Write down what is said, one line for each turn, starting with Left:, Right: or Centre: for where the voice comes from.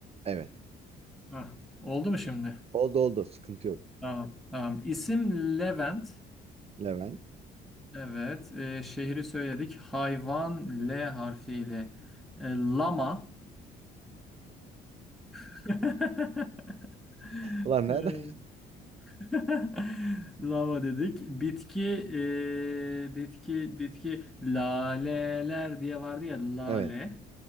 Right: Evet.
Centre: Hah. Oldu mu şimdi?
Right: Oldu oldu. Sıkıntı yok.
Centre: Tamam. Tamam. İsim Levent.
Right: Levent.
Centre: Evet. Ee, şehri söyledik. Hayvan L harfiyle. Ee, lama. <laughs>
Right: Ulan nerede?
Centre: E, <laughs> Lava dedik. Bitki, e, bitki, bitki. Laleler diye vardı ya lale.
Right: <laughs> Evet.